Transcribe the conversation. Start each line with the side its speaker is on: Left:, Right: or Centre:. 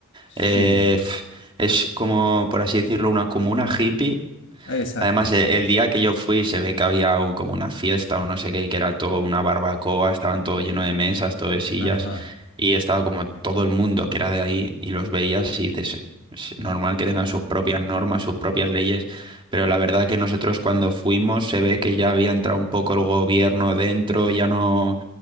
Left: Sí,
Right: Eh, pf, es como, por así decirlo, una comuna hippie.
Left: Ah, exacto.
Right: Además, e- el, día que yo fui se ve que había un- como una fiesta o no sé qué, que era todo una barbacoa, estaban todo lleno de mesas, todo de sillas,
Left: Ajá,
Right: y estaba como todo el mundo que era de ahí y los veías y dices, es normal que tengan sus propias normas, sus propias leyes, pero la verdad que nosotros cuando fuimos se ve que ya había entrado un poco el gobierno dentro, ya no